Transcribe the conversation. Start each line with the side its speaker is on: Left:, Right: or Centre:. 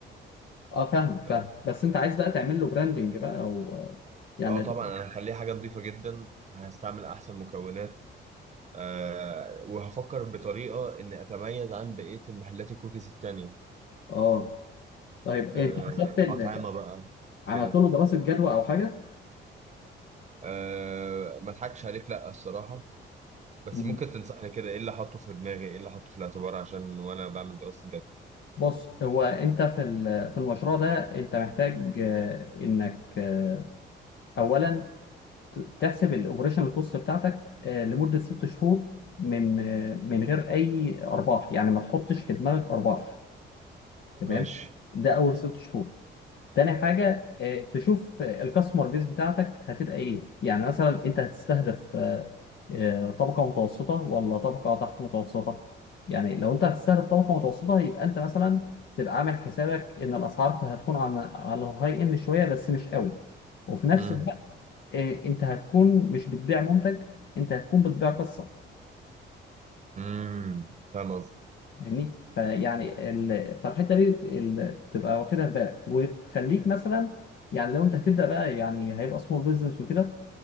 Left: اه فاهمك فاهم
Right: اه
Left: بس انت عايز بقى تعمل له براندنج بقى او آه، يعني
Right: آه، طبعا انا هخليه حاجه نظيفه جدا هستعمل احسن مكونات أه وهفكر بطريقه اني اتميز عن بقيه المحلات الكوكيز التانية
Left: اه طيب انت
Right: أه
Left: حسبت ال...
Right: اطعمه بقى
Left: عملت
Right: كده
Left: له دراسة جدوى أو حاجة
Right: أه ما اضحكش عليك لا الصراحه بس
Left: مم.
Right: ممكن تنصحني كده ايه اللي احطه في دماغي ايه اللي احطه في الاعتبار عشان وانا بعمل دراسه جدوى
Left: بص هو أنت في ال- في المشروع ده أنت محتاج آه، إنك آه، أولا ت- تحسب الأوبريشنال كوست بتاعتك آه، لمدة ست شهور من آه، من غير أي أرباح يعني ما تحطش في دماغك أرباح تمام
Right: ماشي
Left: ده أول ست شهور تاني حاجة آه، تشوف الكاستمر بيس بتاعتك هتبقى إيه يعني مثلا أنت هتستهدف آه، آه، طبقة متوسطة ولا طبقة تحت متوسطة يعني لو انت هتستهدف طبقة متوسطة يبقى انت مثلا تبقى عامل حسابك ان الاسعار هتكون على على الهاي اند شوية بس مش قوي وفي نفس
Right: امم
Left: الوقت آه، انت هتكون مش بتبيع منتج انت هتكون بتبيع قصة
Right: امم فاهم قصدي
Left: فاهمني فيعني ال... فالحتة دي ال... تبقى واخدها في بالك وتخليك مثلا يعني لو انت هتبدأ بقى يعني هيبقى سمول بزنس وكده